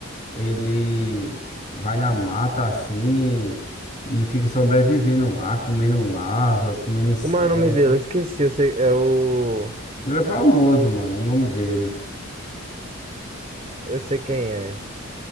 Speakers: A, on the left (about 35°); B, on the right (about 30°).
A: ele vai na mata assim e fica sobrevivendo lá, comendo larvas, comendo inseto.
B: Como é o nome dele? Eu esqueci. Eu sei, é o.
A: Ele é famoso, mano, o nome dele.
B: Eu sei quem é.